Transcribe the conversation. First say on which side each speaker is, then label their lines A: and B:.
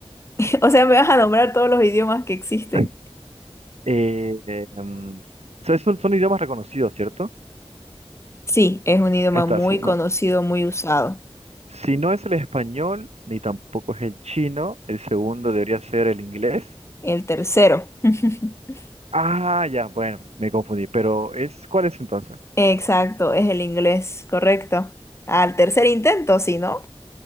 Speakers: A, on the left (about 25°); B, on the right (about 85°).
A: <laughs> O sea, me vas a nombrar todos los idiomas que existen.
B: <clears throat> eh, em, so- son, son idiomas reconocidos, ¿cierto?
A: Sí, es un idioma
B: Ahí Está,
A: muy
B: sí,
A: conocido,
B: no.
A: muy usado.
B: Si no es el español, ni tampoco es el chino, el segundo debería ser el inglés.
A: El tercero. <laughs>
B: Ah, ya, bueno, me confundí, pero es, ¿cuál es entonces?
A: Exacto, es el inglés, correcto. Al tercer intento, sí, ¿no?